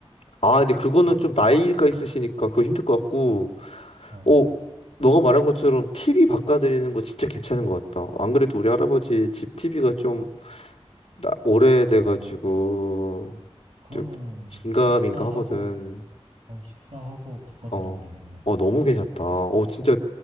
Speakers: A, on the left; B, on the right.
A: 아, 근데 그거는
B: 보내드린,
A: 좀 나이가
B: 어,
A: 있으시니까 그거 힘들 것 같고.
B: 어,
A: 어, 너가 말한 것처럼 TV 바꿔드리는 거 진짜 괜찮은 것 같다. 안 그래도 우리 할아버지 집 TV가 좀 나- 오래돼가지고
B: 어. 그러면은,
A: 좀 긴가민가
B: 식사하고,
A: 하거든.
B: 그럼 식사하고 바꿔드리면
A: 어,
B: 되겠네.
A: 어 너무 괜찮다. 어 진짜